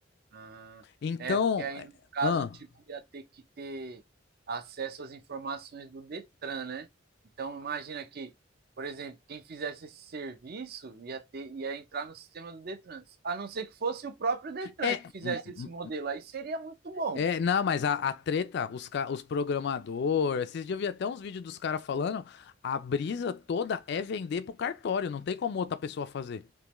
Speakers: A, on the right; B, on the left.
A: Ah,
B: Então,
A: é, porque aí
B: é,
A: no caso,
B: ahn.
A: tipo, ia ter que ter acesso às informações do Detran, né? Então imagina que, por exemplo, quem fizesse esse serviço ia ter, ia entrar no sistema do Detran. A não ser que fosse o próprio Detran
B: É,
A: que fizesse
B: m-
A: esse
B: m-
A: modelo, aí seria muito bom.
B: É, não, mas a, a treta, os, ca- os programadores, esses dias eu vi até uns vídeos dos caras falando, a brisa toda é vender pro cartório, não tem como outra pessoa fazer.